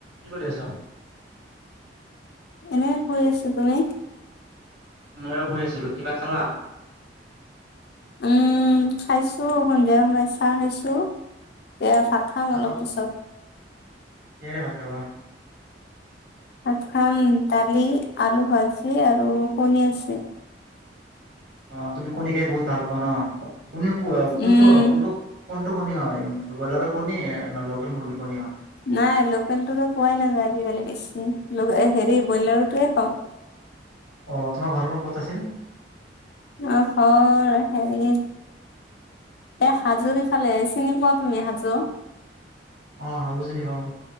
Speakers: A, on the right; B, on the left.
A: কি কৰি আছা?
B: এনে শুই আছো। তুমি?
A: মইও শুই আছিলোঁ, কিবা খালা?
B: উম খাইছোঁ। সন্ধিয়া সময়ত চাহ খাইছোঁ। এতিয়া ভাত খাম
A: আৰু
B: অলপ পিছত।
A: কিহেৰে ভাত খাবা?
B: ভাত খাম, দালি, আলু ভাজি, আৰু কণী আছে।
A: অ তুমি কণী খাই বহুত ভাল পোৱা ন'? কুনি কোনটো
B: উম
A: কোনটো কোনটো কণী হয়? ব্ৰইলাৰৰ কণী নে লোকেল মুৰ্গীৰ কণী হয়?
B: নাই লোকেলটোতো পোৱাই নাযায় আজিকালি বেছি, হেৰি ব্ৰইলাৰৰ টোয়ে খাওঁ।
A: অ তোমাৰ ঘৰখন ক'ত আছিল?
B: অ ঘৰ হেৰি এ হাজোৰ ইফালে। চিনি পোৱা তুমি হাজো?
A: অ হাজো চিনি পাওঁ।